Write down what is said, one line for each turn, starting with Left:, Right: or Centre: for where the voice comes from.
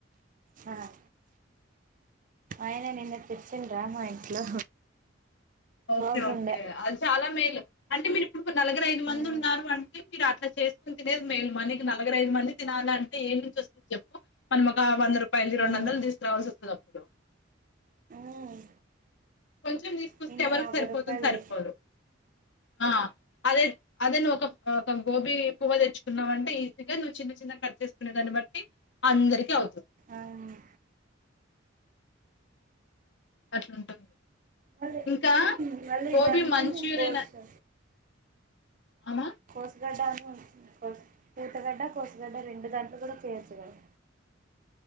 Right: ఆ ఆయన నిన్న తెచ్చింద్రా మా ఇంట్లో
Left: ఓకే
Right: బాగుండే
Left: ఓకే అది చాలా మేలు అంటే మీరు ఇప్పుడు నలగరు ఐదు మంది
Right: మ్మ్
Left: ఉన్నారు అంటే మీరు అట్లా చేసుకుని తినేదు మేల్ మనకి నలగురు ఐదు మంది తినాలంటే ఏం నుంచి వస్తుంది చెప్పు మనం ఒకా వంద రూపాయల్ది రెండు
Right: మ్మ్
Left: వందల్ దీసుకు రావాల్సి ఒస్తది అప్పుడు
Right: మ్మ్
Left: కొంచెం దీసుకొస్తే
Right: నిన్న
Left: ఎవరికి
Right: యాభై
Left: సరిపోతుంది
Right: రూపాయలది
Left: సరిపోదు ఆ అదే అదే నువ్ ఒక ఆక గోబీ పువ్వ దెచ్చుకున్నావంటే ఈజీగా నువ్ చిన్న చిన్న కట్ చేసుకునే దాన్ని బట్టి అందరికి అవుతుంది
Right: అవును
Left: అట్లాంటది
Right: మళ్ళీ
Left: ఇంకా
Right: మళ్ళీ
Left: గోబీ
Right: దానికన్నా
Left: మంచూరియనా
Right: కోసు
Left: అవునా
Right: కోస్ గడ్డానీ కోస్ కూతగడ్డ కోస్ గడ్డ రెండు దాంట్లో గూడ చేయొచ్చు గదా